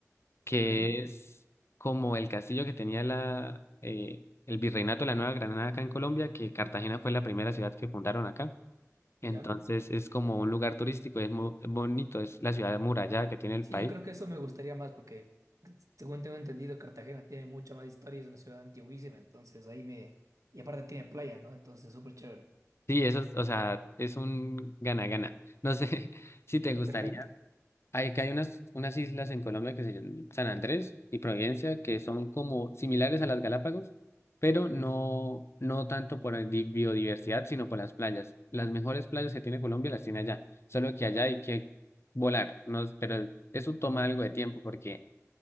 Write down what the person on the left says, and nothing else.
que
es como el castillo que tenía la, eh, el virreinato de la Nueva Granada acá en Colombia, que Cartagena fue la primera ciudad que fundaron acá. Entonces
es como un lugar turístico, es muy bonito, es la ciudad amurallada que tiene el
país.
Sí, eso es, o sea, es un gana-gana. No sé <laughs> si te gustaría
Hay que hay unas, unas islas en Colombia que se llaman San Andrés y Providencia, que son como similares a las Galápagos, pero no, no tanto por el di- biodiversidad, sino por las playas. Las mejores playas que tiene Colombia las tiene allá, solo que allá hay que volar, ¿no? Pero eso toma algo de tiempo porque